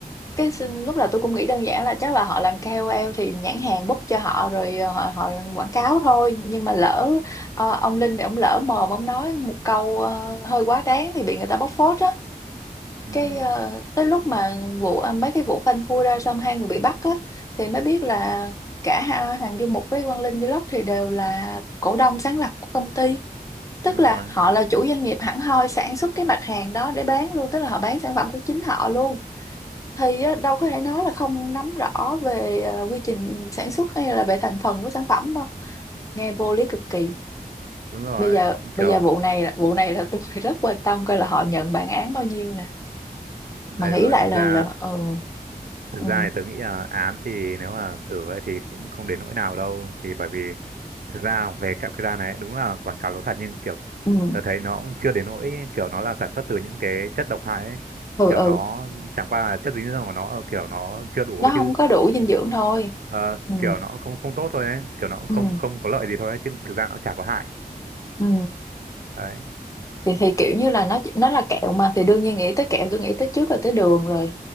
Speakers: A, on the left (about 20°); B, on the right (about 65°).
A: Cái xin-
B: Ừ,
A: lúc đầu tôi cũng nghĩ đơn giản là chắc là họ làm KOL thì nhãn hàng book cho họ rồi ờ, họ, họ quảng cáo thôi. Nhưng mà lỡ ờ, ông Linh thì ông lỡ mồm ông nói một câu ờ, hơi quá đáng thì bị người ta bóc phốt
B: ừ,
A: cái ờ, tới lúc mà vụ à, mấy cái vụ phanh phui ra xong hai người bị bắt á thì mới biết là cả ha- Hằng Du Mục với Quang Linh Vlog thì đều là cổ đông sáng lập của công ty tức
B: đúng rồi,
A: là họ là chủ doanh nghiệp hẳn hoi sản xuất cái mặt hàng đó để bán luôn tức là họ bán sản phẩm của chính họ luôn thì á, đâu có thể nói là không nắm rõ về ờ, quy trình sản xuất hay là về thành phần của sản phẩm đâu nghe vô lý cực kỳ
B: đúng rồi.
A: bây giờ
B: Kiểu
A: bây giờ vụ này là- vụ này là tôi <laughs> rất quan tâm coi là họ nhận bản án bao nhiêu nè
B: Đấy
A: mà nghĩ
B: đúng rồi,
A: lại
B: thực
A: là
B: ra
A: là ừ
B: thực
A: ừ
B: ra thì tớ nghĩ là án thì nếu mà sửa ấy thì cũng không đến nỗi nào đâu thì bởi vì thực ra về kẹo Kira này đúng là quảng cáo lố thật nhưng kiểu
A: ừ
B: tớ thấy nó cũng chưa đến nỗi kiểu nó là sản xuất từ những cái chất độc hại ấy.
A: ừ,
B: Kiểu
A: ừ.
B: nó chẳng qua là chất dinh dưỡng của nó kiểu nó chưa đủ
A: nó
B: ấy
A: không
B: chứ
A: có đủ dinh dưỡng thôi
B: Ờ,
A: ừ
B: kiểu nó không không tốt thôi ấy, kiểu nó cũng
A: ừ
B: không không có lợi gì thôi ấy, chứ thực ra nó cũng chả có hại.
A: ừ
B: Đấy,
A: thì thì kiểu như là nó nó là kẹo mà thì đương nhiên nghĩ tới kẹo tôi nghĩ tới trước là tới đường rồi